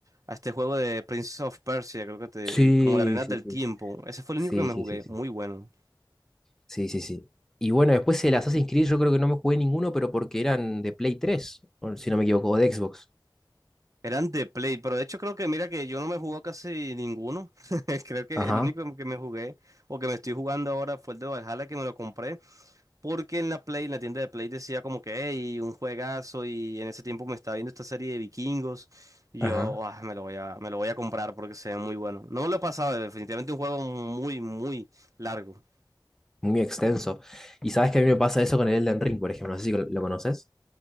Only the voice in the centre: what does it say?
Sí,
sí,
sí.
Sí,
sí,
sí, sí.
Sí, sí, sí. Y bueno, después el Assassin's Creed yo creo que no me jugué ninguno, pero porque eran de Play tres, o si no me equivoco, o de Xbox.
Ajá,
ajá.
muy extenso. Y sabes que a mí me pasa eso con el Elden Ring, por ejemplo. No sé si lo, lo conoces.